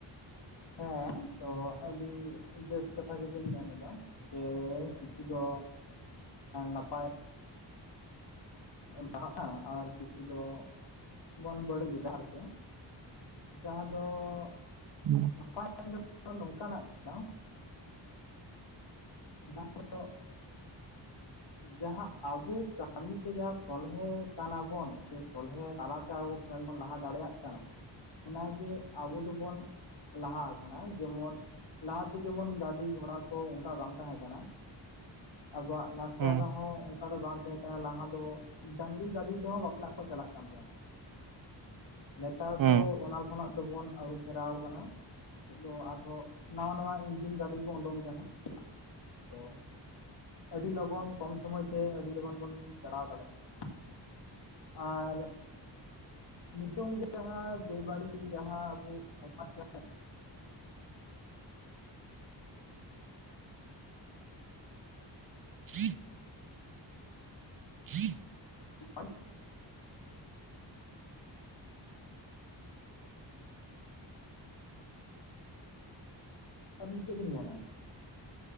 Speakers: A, on the left; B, on the right.
A: ᱦᱮᱸ ᱛᱚ ᱟᱹᱰᱤ ᱵᱮᱥ ᱠᱟᱛᱷᱟ ᱜᱮᱵᱤᱱ ᱢᱮ ᱱᱮᱫᱟ ᱡᱮ ᱠᱤᱪᱷᱩ ᱫᱚ ᱱᱟᱯᱟᱭ ᱞᱟᱦᱟᱜ-ᱟ <unintelligible> ᱟᱨ ᱠᱤᱪᱷᱩ ᱫᱚ ᱵᱚᱱ ᱵᱟᱹᱲᱤᱡ ᱮᱟ ᱟᱨᱠᱤ ᱡᱟᱸᱦᱟ ᱫᱚ
B: <inaudible>
A: <unintelligible> ᱱᱚᱝᱠᱟᱱᱟᱜ ᱠᱟᱱᱟ <unintelligible> ᱦᱩᱸ ᱡᱟᱦᱟᱸ ᱟᱵᱚ ᱠᱟᱹᱢᱤᱛᱮ ᱡᱟᱦᱟᱸ ᱥᱚᱞᱦᱮ ᱠᱟᱱᱟᱵᱚᱱ ᱥᱮ ᱥᱚᱞᱦᱮ ᱛᱟᱞᱟᱛᱮ ᱟᱵᱚ ᱚᱞ ᱵᱚᱱ ᱞᱟᱦᱟ ᱫᱟᱲᱮᱭᱟᱜ ᱠᱟᱱᱟ ᱚᱱᱟᱜᱮ ᱟᱵᱚ ᱫᱚᱵᱚᱱ ᱞᱟᱦᱟ ᱟᱠᱟᱱᱟ ᱡᱮᱢᱚᱱ ᱞᱟᱦᱟᱛᱮ ᱡᱮᱢᱚᱱ ᱜᱟᱹᱰᱤ ᱜᱷᱚᱲᱟ ᱠᱚ ᱚᱱᱠᱟ ᱵᱟᱝ ᱛᱟᱦᱮᱸ ᱠᱟᱱᱟ ᱟᱵᱚᱣᱟᱜ ᱞᱟᱠᱪᱟᱨ
B: ᱦᱩᱸ
A: ᱨᱮᱦᱚᱸ ᱫᱚ ᱵᱟᱝ ᱛᱟᱸᱦᱮ ᱠᱟᱱᱟ ᱞᱟᱦᱟ ᱫᱚ ᱰᱟᱹᱝᱨᱤ ᱜᱟᱹᱰᱤ ᱛᱮᱦᱚᱸ ᱵᱟᱯᱞᱟᱜ ᱠᱚ ᱪᱟᱞᱟᱜ ᱠᱟᱱ ᱛᱟᱦᱮᱱ ᱱᱮᱛᱟᱨ
B: ᱦᱩᱸ
A: ᱫᱚ ᱚᱱᱟ ᱠᱷᱚᱱᱟᱜ ᱫᱚᱵᱚᱱ ᱟᱹᱨᱩ ᱯᱷᱮᱨᱟᱣ ᱠᱟᱱᱟ ᱱᱤᱛᱚᱜ ᱫᱚ ᱟᱨᱦᱚᱸ ᱱᱟᱣᱟ ᱱᱟᱣᱟ ᱤᱧᱡᱤᱱ ᱜᱟᱰᱤ ᱠᱚ ᱩᱰᱩᱝ ᱠᱟᱱᱟ ᱛᱚ ᱟᱹᱰᱤ ᱞᱚᱜᱚᱱ ᱠᱚᱢ ᱥᱚᱢᱚᱭ ᱛᱮ ᱟᱹᱰᱤ ᱞᱚᱜᱚᱱ ᱵᱚᱱ ᱪᱟᱞᱟᱣ ᱫᱟᱲᱮᱜ ᱠᱟᱱᱟ ᱟᱨ ᱱᱤᱛᱚᱝ ᱜᱮ ᱡᱟᱦᱟᱸ ᱵᱮᱵᱟᱹᱲᱤᱡ ᱡᱟᱦᱟᱸ ᱟᱵᱚ ᱥᱚᱢᱟᱡᱽ ᱨᱮ
B: <inaudible> <inaudible>
A: <inaudible> ᱟᱹᱵᱤᱱ ᱪᱮᱫ ᱵᱤᱱ ᱢᱮᱱᱟ ᱾